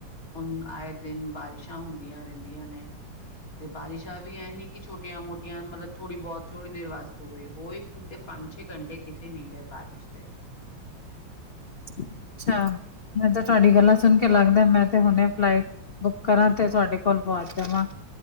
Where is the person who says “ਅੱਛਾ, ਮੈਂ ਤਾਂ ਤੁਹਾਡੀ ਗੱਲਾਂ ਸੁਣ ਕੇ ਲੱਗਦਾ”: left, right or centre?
Left